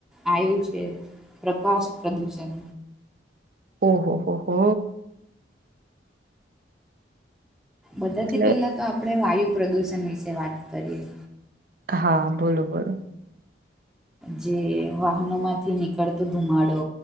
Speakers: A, in the centre; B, on the right.
A: આવુ છે, પ્રકાશ પ્રદૂષણ.
B: ઓહો હો હો.
A: બધાથી
B: એટલે
A: પહેલા તો આપડે વાયુ પ્રદૂષણ વિશે વાત કરીએ.
B: હા બોલો બોલો.
A: જે વાહનો માંથી નીકળતો ધુમાડો,